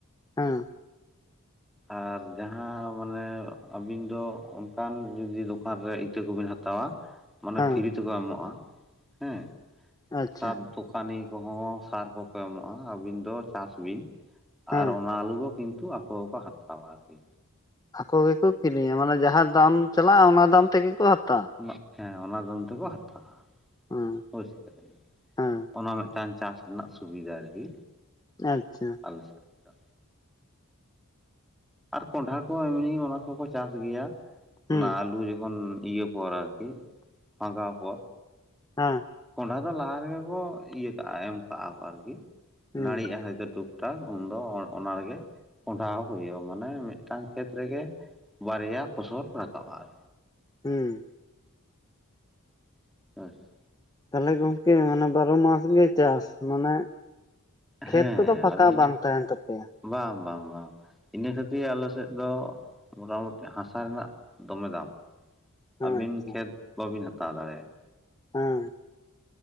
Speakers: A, on the left; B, in the centre.
A: ᱦᱮᱸ
B: ᱟᱨ ᱡᱟᱦᱟᱸ ᱢᱟᱱᱮ ᱟᱹᱵᱤᱱ ᱫᱚ ᱚᱱᱠᱟᱱ ᱡᱩᱫᱤ ᱫᱚᱠᱟᱱ ᱨᱮ ᱤᱛᱟᱹ ᱠᱚᱵᱤᱱ ᱦᱟ ᱛᱟᱣᱟ ᱢᱟᱱᱮ
A: ᱦᱮᱸ
B: ᱯᱷᱤᱨᱤ ᱛᱮᱠᱚ ᱮᱢᱚᱜ-ᱟ ᱦᱮ᱾ᱸ
A: ᱟᱪᱪᱷᱟ
B: ᱥᱟᱵᱽ ᱫᱚᱠᱟᱱᱤ ᱠᱚᱦᱚᱸ ᱥᱟᱨ ᱠᱚᱠᱚ ᱮᱢᱚᱜᱼᱟ ᱟᱹᱵᱤᱱ ᱫᱚ ᱪᱟᱥ ᱵᱤᱱ᱾
A: ᱦᱮᱸ
B: ᱟᱨ ᱚᱱᱟ ᱟᱞᱩ ᱫᱚ ᱠᱤᱱᱛᱩ ᱟᱠᱚ ᱜᱮᱠᱚ ᱦᱟᱛᱟᱣᱟ ᱟᱨᱠᱤ᱾
A: ᱟᱠᱚ ᱜᱮᱠᱚ ᱠᱤᱨᱤᱧᱟ ᱢᱟᱱᱮ ᱡᱟᱦᱟᱸ ᱫᱟᱢ ᱪᱟᱞᱟᱜ-ᱟ ᱚᱱᱟ ᱫᱟᱢ ᱛᱮᱜᱮ ᱠᱚ ᱦᱟᱛᱟᱣᱟ᱾
B: <inaudible> ᱮ ᱚᱱᱟ ᱫᱟᱢ ᱛᱮᱠᱚ ᱦᱟᱛᱟᱣᱟ᱾
A: ᱦᱮᱸ
B: ᱦᱩᱥ ᱠᱟᱫᱟᱹᱧ
A: ᱦᱮᱸ
B: ᱚᱱᱟ ᱢᱤᱫᱴᱟᱝ ᱪᱟᱥ ᱨᱮᱱᱟᱜ ᱥᱩᱵᱤᱫᱷᱟ ᱟᱨᱠᱤ᱾
A: ᱟᱪᱪᱷᱟ
B: ᱟᱞᱮ ᱥᱮᱫ ᱫᱚ ᱟᱨ ᱠᱚᱸᱰᱦᱟ ᱠᱚ ᱮᱢᱱᱤ ᱚᱱᱟ ᱠᱚᱠᱚ ᱪᱟᱥ ᱜᱮᱭᱟ᱾
A: ᱦᱩᱸ
B: ᱚᱱᱟ ᱟᱞᱩ ᱡᱚᱠᱷᱚᱱ ᱤᱭᱟᱹ ᱯᱚᱨ ᱟᱨᱠᱤ ᱯᱷᱟᱜᱟᱣ ᱯᱚᱨ
A: ᱦᱮᱸ
B: ᱠᱚᱸᱰᱦᱟ ᱫᱚ ᱞᱟᱦᱟ ᱨᱮᱜᱮ ᱠᱚ ᱤᱭᱟᱹ ᱠᱟᱜ-ᱟ ᱮᱢ ᱠᱟᱜ-ᱟ ᱠᱚ ᱟᱨᱠᱤ
A: ᱦᱩᱸ
B: ᱱᱟᱹᱲᱤᱜ-ᱟ ᱦᱚᱭᱛᱚ ᱴᱩᱠ ᱴᱟᱠ ᱩᱱᱫᱚ ᱚᱱ ᱚᱱᱟ ᱨᱮᱜᱮ ᱠᱚᱸᱰᱦᱟ ᱦᱩᱭᱩᱜ-ᱟ ᱢᱟᱱᱮ ᱢᱤᱫᱴᱟᱝ ᱠᱷᱮᱛ ᱨᱮᱜᱮ ᱵᱟᱨᱭᱟ ᱯᱷᱚᱥᱚᱞ ᱨᱟᱠᱟᱵ-ᱟ ᱟᱨ
A: ᱦᱩᱸ
B: <inaudible>
A: ᱛᱟᱦᱚᱞᱮ ᱜᱚᱝᱠᱮ ᱢᱟᱱᱮ ᱵᱟᱨᱚ ᱢᱟᱥ ᱜᱮ ᱪᱟᱥ ᱢᱟᱱᱮ ᱠᱷᱮᱛ
B: ᱦᱮᱸ
A: ᱠᱚᱫᱚ ᱯᱷᱟᱠᱟ
B: ᱟᱞᱮ
A: ᱵᱟᱝ ᱛᱟᱦᱮᱱ ᱛᱟᱯᱮᱭᱟ?
B: ᱵᱟᱝ ᱵᱟᱝ ᱵᱟᱝ᱾ ᱤᱱᱟᱹ ᱠᱷᱟᱹᱛᱤᱨ ᱟᱞᱮ ᱥᱮᱫ ᱫᱚ ᱢᱚᱴ-ᱢᱩᱴᱤ ᱦᱟᱥᱟ ᱨᱮᱱᱟᱜ ᱫᱚᱢᱮ ᱫᱟᱢ᱾ ᱟᱹᱵᱤᱱ
A: ᱟᱪᱪᱷᱟ
B: ᱠᱷᱮᱛ ᱵᱟᱹᱵᱤᱱ ᱦᱟᱛᱟᱣ ᱫᱟᱲᱮᱭᱟᱜ-ᱟ᱾
A: ᱦᱮᱸ